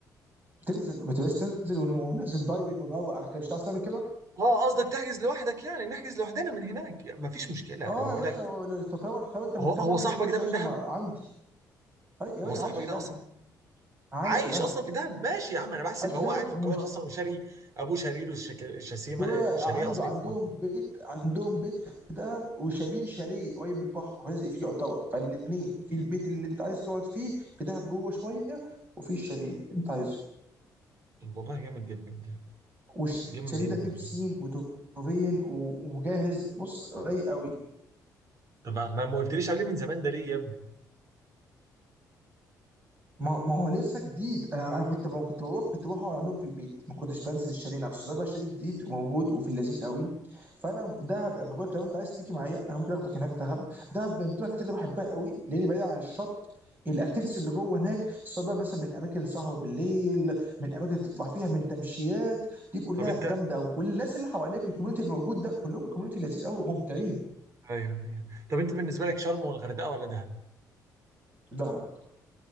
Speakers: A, on the right; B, on the right.
A: تنزل بتبس تنزل ون- وننزل دايفنج ونروق على كده مش هتعرف تعمل كده
B: اه قصدك تحجز لوحدك يعني نحجز لوحدنا من هناك يعني مفيش مشكله
A: اه
B: انا بقول
A: يا باشا
B: لك
A: ولو- طب طب طب انت مهتم
B: هو هو
A: أوي
B: صاحبك
A: انك تخش
B: ده من
A: يا باشا
B: دهب
A: ما عندي أي- يا باشا
B: هو صاحبك
A: عايش في
B: ده
A: دهب
B: اصلا
A: عايش
B: عايش
A: في دهب
B: اصلا في دهب ماشي يا عم انا بحسب
A: عايش في
B: هو
A: دهب
B: قاعد في القاهره اصلا وشاري ابوه شاري له شك- شاسيمه
A: دول
B: آه، شاليه
A: عنده
B: قصدي
A: عندهم
B: في
A: بيت عندهم بيت في دهب وشارين شاليه قريب من البحر رازق فيه يعتبر فالاثنين في البيت اللي انت عايز تقعد فيه في دهب جوه شويه وفي الشاليه اللي انت عايزه
B: والله جامد جدا ده
A: والشاليه
B: جامد جدا
A: ده فيه بسين ودوفين و- وجاهز بص رايق قوي
B: طب ما ما ما قلتليش عليه من زمان ده ليه يا ابني
A: ما ما هو لسه جديد انا انا كنت ما كنت بروح كنت بروح اقعد عندهم في البيت ما كنتش بنزل الشاليه نفسه ده بقى شاليه جديد وموجود وفي اللذيذ قوي فانا في دهب أبقى بقولك لو انت عايز تيجي معايا انا ممكن اخدك هناك دهب دهب من الاماكن اللي بحبها قوي لان بعيد عن الشط الاكتيفيتيز اللي جوه هناك سواء بقى مثلا من اماكن سهر بالليل من اماكن تطلع فيها من تمشيات دي كلها
B: طب انت
A: جامده قوي والناس اللي حواليك الكوميونتي اللي موجود ده كلهم كوميونتي لذيذ قوي وممتعين
B: ايوه ايوه طب انت بالنسبه لك شرم والغردقه ولا دهب
A: دهب